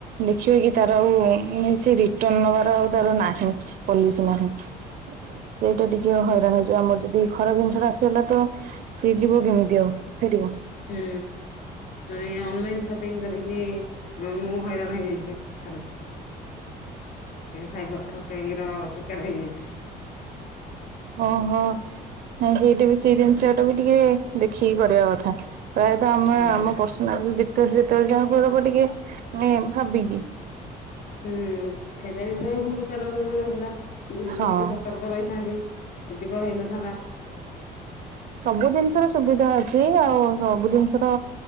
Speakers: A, on the right; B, on the left.
A: ଦେଖିବେ କି ତାର ଆଉ ଉଁ ସେ ରି ଟର୍ନ ନବାର ଆଉ ତାର ନାହିଁ ପଲିସ୍ ନାହିଁ। ସେଇଟା ଟିକେ ହଇରାଣ ହେଇଯିବ। ଆମର ଯଦି ଖରାପ ଜିନିଷ ଟା ଆସିଗଲା ତ ସିଏ ଯିବ କେମିତି ଆଉ ଫେରିବ?
B: ହୁଁ ତ ଏଇ ଅନଲାଇନ ସପିଙ୍ଗ କରିକି ଅ ମୁଁ ହଇରାଣ ହେଇଯାଇଚି। ଥ ସାଇବନ୍ ପେଇଇ ର ଶିକାର ହେଇଯାଇଛି <unintelligible>
A: ଓହୋ ନାଇଁ ଏଇଟା ବି। ସେଇ ଜିନିଷ ଟା ବି ଟିକେ ଦେଖିକି କରିବା କଥା। ପ୍ରାୟତଃ ଆମ
B: ହଁ।
A: ଆମ ନା ଯେତେବେଳେ ଯେତେବେଳେ ଯାହା ପବ ଟିକେ ଭାବିକି।
B: ହୁଁ ସେଇଟା ବି ମୋ ଭୁଲ କାରଣରୁ ହେଲା ମୁଁ ଯଦି
A: ହଁ।
B: ଟିକେ ସତର୍କ ରହିଥାନ୍ତି। ଏତିକ ହେଇନଥାନ୍ତା।
A: ସବୁ ଜିନିଷର ସୁବିଧା ଅଛି। ଆଉ ସବୁ ଜିନିଷ ର